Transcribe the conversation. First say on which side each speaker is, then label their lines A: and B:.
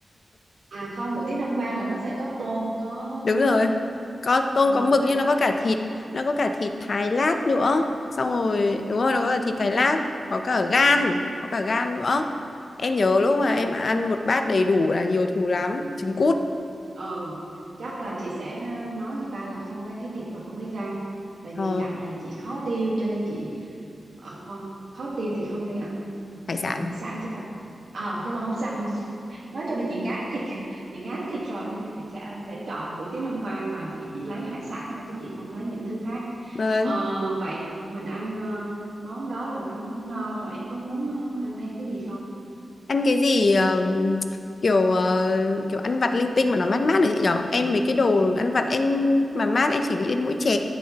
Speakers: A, on the right; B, on the left.
A: à không hủ tiếu Nam vang là nó sẽ có tôm có
B: Đúng
A: mực
B: rồi, có tôm
A: ừ
B: có mực
A: đấy
B: nhưng nó có cả thịt, nó có cả thịt thái lát nữa. Xong rồi, đúng rồi, nó có cả thịt thái lát, có cả gan, có cả gan nữa. Em nhớ lúc mà
A: à
B: em ăn một bát đầy đủ là nhiều thù lắm, trứng cút,
A: ừ chắc là chị sẽ nói người ta là không lấy thịt và không lấy gan tại
B: ờ,
A: vì dạo này chị khó tiêu cho nên chị à, khoan khó tiêu thì không nên ăn
B: hải
A: ừ,
B: sản.
A: hải sản chứ ta Ờ nhưng mà không sao <laughs> không sao. nói chung là chị ngán thịt <laughs> chị ngán thịt rồi nên là chị sẽ ăn sẽ chọn hủ tiếu non vàng và chị chỉ lấy hải sản thôi chứ chị không lấy những thứ khác
B: Vâng.
A: Ờ vậy mình ăn ờ, món đó là ăn món no rồi em có muốn ờ, ăn thêm cái gì không
B: ăn cái gì ờ, kiểu ờ, kiểu ăn vặt linh tinh mà nó mát mát đấy chị nhở em mấy cái đồ ăn vặt em mà mát em chỉ nghĩ đến mỗi chè